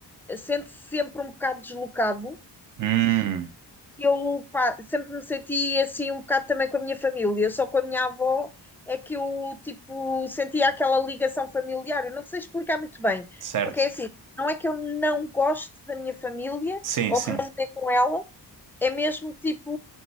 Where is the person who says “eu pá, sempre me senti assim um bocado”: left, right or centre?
Centre